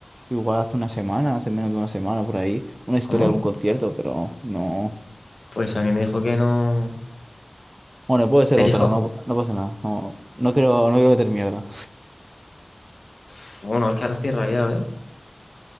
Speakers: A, on the right; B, on the left.
A: Igual hace una semana, hace menos de una semana por ahí, una historia
B: ¿Cómo?
A: de algún concierto, pero no...
B: Pues a mí me dijo que no.
A: Bueno, puede ser
B: Me
A: otra,
B: dijo,
A: no, no pasa nada. No, no quiero, no quiero meter mierda.
B: Uf, bueno, es que ahora estoy rayado, ¿eh?